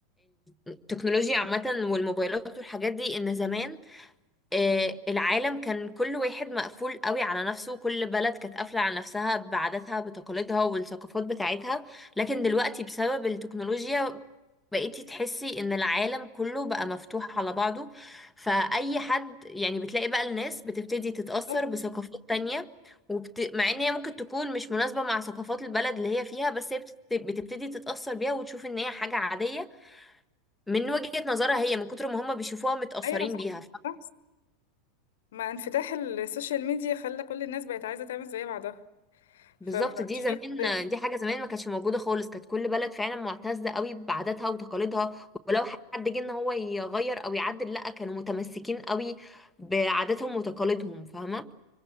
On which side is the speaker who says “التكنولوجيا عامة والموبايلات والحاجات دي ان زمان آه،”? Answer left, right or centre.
Centre